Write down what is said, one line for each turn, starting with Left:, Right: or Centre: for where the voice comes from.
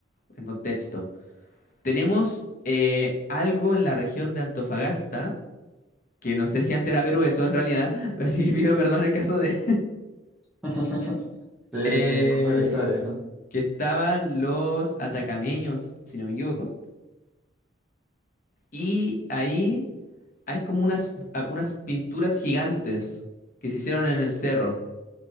Left: en contexto. Tenemos eh, algo en la región de Antofagasta, que no sé si antes era Perú eso en realidad, <laughs> así que pido perdón en caso de...
Centre: <laughs>
Left: <laughs>
Centre: Sí,
Left: eh,
Centre: sí, un poco de la historia.
Left: que estaban los atacameños, si no me equivoco. Y ahí hay como unas, a- unas pinturas gigantes que se hicieron en el cerro.